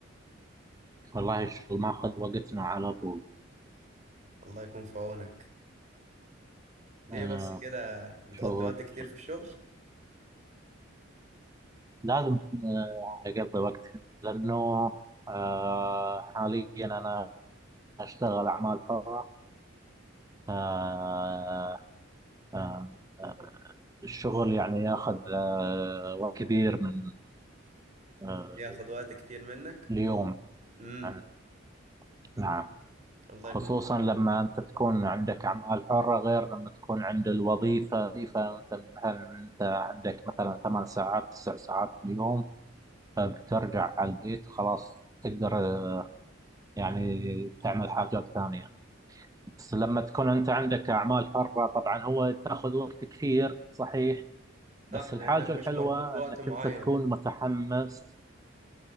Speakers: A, on the right (about 15°); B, on the right (about 35°).
A: والله الشغل ماخذ وقتنا على طول
B: الله يكون في عونك ليه
A: أنا
B: بس كده بتقضي
A: شغل
B: وقت كتير في الشغل
A: لازم آه، أقضي وقت لأنه آه، حاليا أنا أشتغل أعمال حرة آه، آه، آه، الشغل يعني ياخذ آه، وقت كبير من آه،
B: بياخد وقت كتير منك
A: اليوم
B: امم
A: يعني نعم
B: الله
A: خصوصا
B: يكون في عونك
A: لما أنت تكون عندك أعمال حرة غير لما تكون عند الوظيفة وظيفة مثل هل أنت عندك مثلا ثمان ساعات تسع ساعات في اليوم فبترجع على البيت خلاص تقدر آه، يعني تعمل حاجات ثانية بس لما تكون أنت عندك أعمال حرة طبعا هو تاخذ وقت كثير صحيح
B: صح
A: بس الحاجة
B: لانك
A: الحلوة
B: مش مربوط بوقت
A: أنك
B: معين
A: أنت تكون متحمس